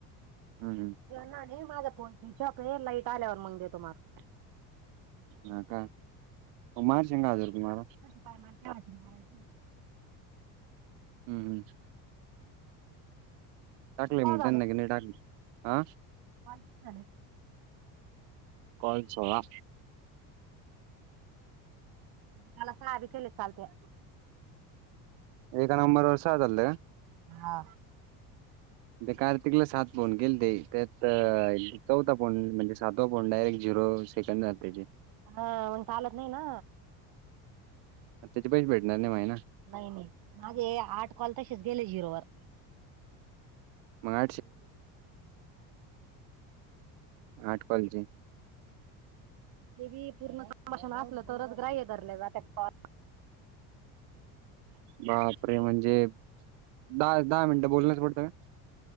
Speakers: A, on the right; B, on the right.
A: हम ह
B: नाही माझं फोन स्विच ऑफ आहे लाईट आल्यावर मग देतो माझा
A: ह का मारच <inaudible>
B: मारायच <inaudible>
A: हम् हम्
B: किती
A: टाकले
B: पाव
A: मग त्यांना क नाही टाकले हा
B: पालत झाले <inaudible>
A: कॉल सोळा
B: मला साध केल चालतया.
A: एक नंबर वर्ष झाल.
B: हा.
A: मी कार्तिकला सात फोन केलते त्यात चौथा फोन म्हणजे सातवा फोन डायरेक्ट झिरो कशान जातय ते
B: हा मग चालत नाही ना.
A: त्याच पैस भेटणार नाही माय.
B: नाही नाही माझे आठ कॉल तसेच गेले झिरोवर.
A: मग <inaudible>
B: हम
A: आठ कॉलचे...
B: हे पूर्ण संभाषण असलं तरच ग्राह्य धरल्या जातात कॉल ह
A: बापरे म्हणजे दहा दहा मिनटं बोलणच पडतं का?